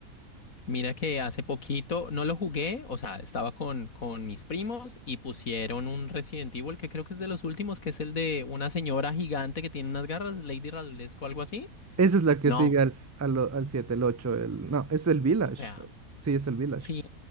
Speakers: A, on the left (about 70°); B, on the right (about 15°).
A: Mira que hace poquito no lo jugué, o sea, estaba con, con mis primos y pusieron un Resident Evil que creo que es de los últimos, que es el de una señora gigante que tiene unas garras, Lady Radulesco o algo así.
B: Esa es la que
A: No,
B: sigue al, s- al, o- al 7, el 8, el... No, es el Village,
A: o sea,
B: sí, es el Village.
A: Sí,